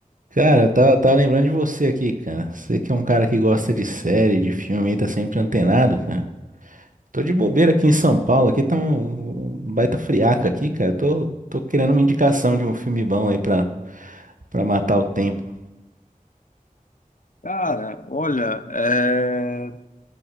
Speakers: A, on the right; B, on the left.
A: Cara, eu tava, tava lembrando de você aqui, cara. Você que é um cara que gosta de série, de filme, aí tá sempre antenado, cara. Tô de bobeira aqui em São Paulo, aqui tá um um baita friaca aqui, cara. Tô, tô querendo uma indicação de um filme bom aí pra, pra matar o tempo.
B: Cara, olha, é...